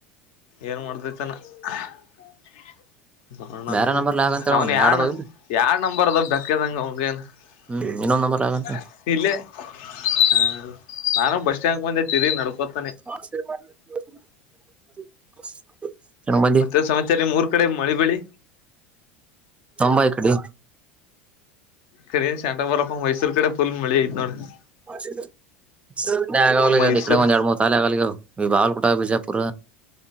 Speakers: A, on the left (about 60°); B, on the right (about 20°).
A: ಏನ್ ಮಾಡ್ದತನ. <unintelligible>
B: ಬೇರೆ ನಂಬರ್ ಲಾಗ್ ಅಂತ ಹೇಳ
A: ಅವನ್ ಯಳ್ನ
B: ಯಾಡದಾವಿಲ್ಲ
A: ಯಾರ್ ನಂಬರ್ ಬೇಕ್ ಅದ ಬೆಕ್ಕದಂಗ ಅವಂಗೇನ್
B: ಹ್ಮ್
A: --
B: ಇನ್ನೊಂದ್ ನಂಬರ್ ಲಾಗ್ ಅಂತ
A: ಇಲ್ಲೇ ಹ ನಾನು ಬಸ್ ಸ್ಟ್ಯಾಂಡ್ ಮುಂದೆ ತಿರಿಗಿ ನಡ್ಕೋತ
B: <unintelligible> ಹೇಳ ಬಂದಿ
A: ಮತ್ತೆನ್ ಸಮಾಚಾರ ನಿಮೂರ್ ಕಡೆ ಮಳಿ ಬೆಳಿ.
B: ತೊಂಬ ಈ ಕಡೆ
A: ಕಡೆ ಶಾಂಡ ಬರಪ್ಪ ಮೈಸೂರ್ ಕಡೆ ಫುಲ್ ಮಳಿ ಐತ್ ನೋಡ್ --
B: ಹಾಚ <unintelligible> <unintelligible>
A: ಮೈಸೂರ್
B: ಇಕಡೆ ಒಂದ್ ಎರಡು ಮೂರು ಶಾಲಿಗಳ್ ಇದವ್ ಬಾಗಲ್ಕೋಟೆ ಬಿಜಾಪುರ.